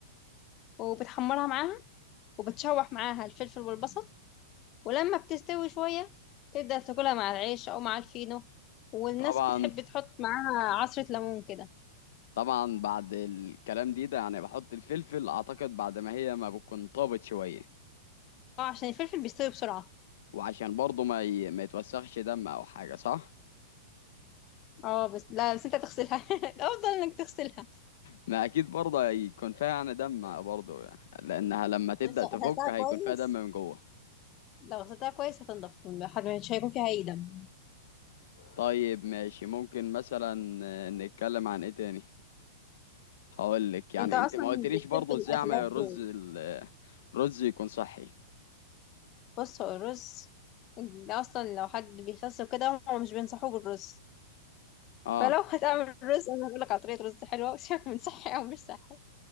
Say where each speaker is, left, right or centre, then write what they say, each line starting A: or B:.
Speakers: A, on the left; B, on the left.
A: وبتحمرها معاها وبتشوح معاها الفلفل والبصل ولما بتستوي شوية تبدأ تاكلها مع العيش أو مع الفينو والناس
B: طبعا
A: بتحب تحط معاها عصرة ليمون كده
B: طبعا بعد الكلام دي ده يعني بحط الفلفل أعتقد بعد ما هي ما بتكون طابت شوية
A: اه عشان الفلفل بيستوي بسرعة
B: وعشان برضه ما ي... ما يتوسخش دم أو حاجة صح؟
A: اه بس لا بس انت هتغسلها <laughs> الأفضل انك تغسلها
B: ما أكيد برضه هيكون فيها يعني دم برضه يعني لأنها لما تبدأ
A: بس لو
B: تفك
A: غسلتها
B: هيكون
A: كويس
B: فيها دم من جوه
A: لو غسلتها كويس هتنضف حد- مش هيكون فيها أي دم
B: طيب ماشي ممكن مثلا آه، نتكلم عن إيه تاني؟ هقولك يعني
A: انت اصلا
B: أنت ما قلتليش
A: بتحب
B: برضه إزاي
A: الاكلات
B: أعمل الرز ال... الرز يكون صحي
A: بص هو الرز ده اصلا لو حد بيخس وكده هم مش بينصحوه بالرز
B: اه
A: فلو <laughs> هتعمل رز انا هقول لك على طريقه رز حلوه <laughs> وشك من صحي او مش صحي